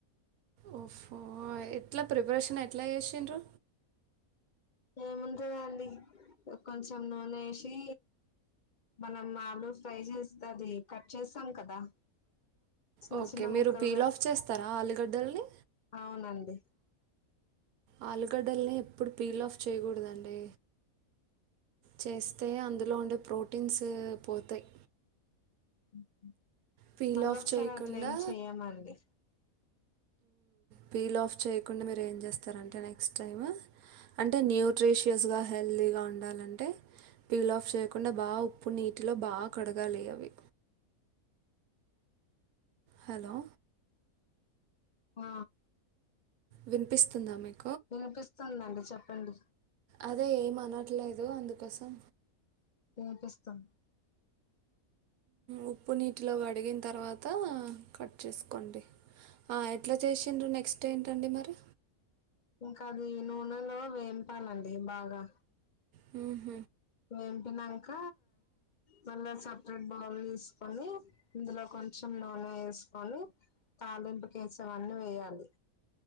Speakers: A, on the right (about 80°); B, on the left (about 55°).
A: ఓ ఫో ఎట్లా ప్రిపరేషన్ ఎట్లా చేసిన్డ్రు
B: ఏమున్టదన్డి కొంచెం నూనేసి మనం ఆలూఫ్రై చేస్త్ది కట్ చేస్తామ్ కదా చిన్న
A: ఒకే
B: చిన్న
A: మీరు
B: ముక్కలుగా
A: పీల్ఆఫ్ చేస్తారా ఆలుగడ్డల్ని
B: అవునండి
A: ఆలుగడ్డలని ఎప్పుడు పీల్ ఆఫ్ చేయకూడదండి చేస్తే అందు ట్లో ఉండే ప్రోటీన్స్ పోతాయి
B: అఓకే
A: పీల్
B: మళ్ళ
A: ఆఫ్
B: ఒకసారి
A: చేయకుండా
B: అట్లే ఏం చెయమండి
A: పీల్ ఆఫ్ చేయకుండా మీరు ఏం చేస్తారంటే నెక్స్ట్ టైం అంటే న్యూట్ర్రిషియస్గా హెల్దీగా ఉండాలంటే పీల్ ఆఫ్ చేయకుండా బాగా ఉప్పు నీటిలో బాగా కడగాలి అవి హలో
B: ఆ
A: వినిపిస్తుందా మీకు
B: వినిపిస్తుందండి చెప్పండి
A: అదే ఏం అనట్లేదు అందుకోసం
B: పనిపిస్తస్తాం
A: ఉప్పు నీటిలో అడిగిన తర్వాత కట్ చేసుకోండి ఎట్లా చేసిండ్రు నెక్స్ట్ ఏంటండి మరి
B: ఇంకా అది నూనెలో వేయింపాలండి బాగా
A: హ
B: వేంపినాక మళ్ళా సపరేట్ బౌల్ వేసుకొని ఇందులో కొంచెం నూనె వేసుకొని తాలింపు కేసువన్నీ వేయాలి